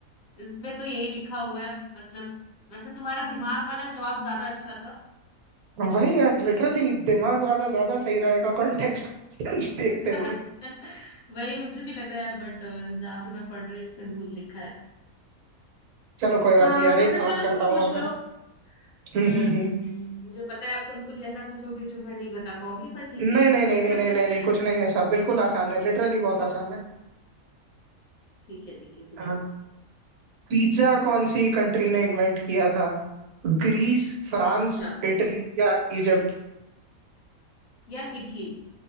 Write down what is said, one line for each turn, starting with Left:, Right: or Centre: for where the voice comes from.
Left: इसमें तो यही लिखा हुआ है मतलब वैसे तुम्हारा दिमाग वाला जवाब ज्यादा अच्छा था
Right: वही यार लिटरली दिमाग वाला ज्यादा सही रहेगा कॉन्टेक्स्ट <laughs> देखते
Left: <laughs>
Right: हुए
Left: वही मुझे भी लग रहा है बट जहाँ पे मैं पढ़ रही हूँ इसमें धूल लिखा है
Right: चलो कोई बात
Left: हाँ
Right: नहीं यार एक
Left: तो फिर
Right: सवाल
Left: चलो
Right: करता
Left: तुम पूछ
Right: हूँ अब
Left: लो
Right: मैं <laughs> हम्म
Left: हम्म
Right: हम्म
Left: हम्म
Right: हम्म।
Left: हम्म मुझे पता है अब तुम कुछ ऐसा पूछोगे जो मैं नहीं बता पाऊंगी पर ठीक
Right: नहीं
Left: है
Right: नहीं नहीं
Left: <laughs>
Right: नहीं नहीं नहीं नहीं कुछ नहीं ऐसा बिल्कुल आसान है लिटरली बहुत आसान है
Left: ठीक है ठीक है पूछो
Right: हाँ पिज्जा कौन सी कंट्री ने इन्वेंट किया था ग्रीस फ्रांस
Left: पिज्जा
Right: इटली या इजिप्ट
Left: या इडली